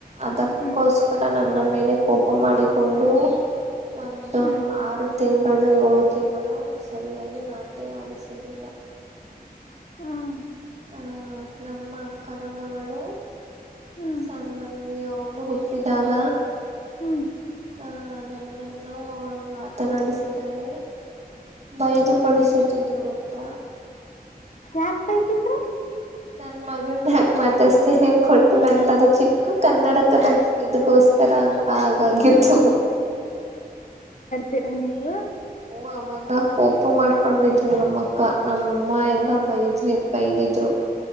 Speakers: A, on the right (about 45°); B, on the left (about 50°).
A: ಅದಕ್ಕೋಸ್ಕರ
B: ಹ್ಮ್
A: ನ. ನನ್ನ ಮೇಲೆ ಕೋಪ ಮಾಡಿಕೊಂಡು. ಒಂದು
B: ಹ್ಮ್
A: ಆರು ತಿಂಗಳು. ಕಂಡು ಏಳು ತಿಂಗಳು ಸರಿಯಾಗಿ ಮಾತೆ ಆಡಿಸುದಿಲ್ಲ.
B: ಹ್ಮ.
A: ಹ ನಮ್ಮ ಅಕ್ಕನಮ್ಮಗಳು.
B: ಹ್ಮ್
A: ಸಾಮನ್ಯ. ಇವಳು ಹುಟ್ಟಿದಾಗ.
B: ಹ್ಮ್.
A: ಆ ನನ್ನನ್ನು ಅವಳು ಮಾತನಾಡಿಸಿದರೆ. ಬೈದು ಕಳಿಸುತ್ತಿದ್ದ. ಇರುವಂತ.
B: ಯಾಕ್ ಬೈತಿದ್ರು.
A: ನನ್ ಮಗಳು ಯಾಕ ಮಾತಾಡ್ಸ್ತಿ ನಿಮ ಕೊಟ್ಟಿಲ್ಲ ಅಂತ ಅದು ಚಿಕ್ಕ ಕನ್ನಡಕದ ಇದಗೋಸ್ಕ. ಅಂತರಂಗ ಆಗಂಗಿತ್ತು.
B: ಬೇಡ ನೀವು.
A: ಓ ಅವಾಗ. ಕೋಪ ಮಾಡ್ಕೊಂಡಿದ್ರು ನಮ್ಮ ಅಕ್ಕ ನಮ್ಮಮ್ಮ ಎಲ್ಲಾ ಬೈದ್ರಿ ಬೈದಿದ್ರು.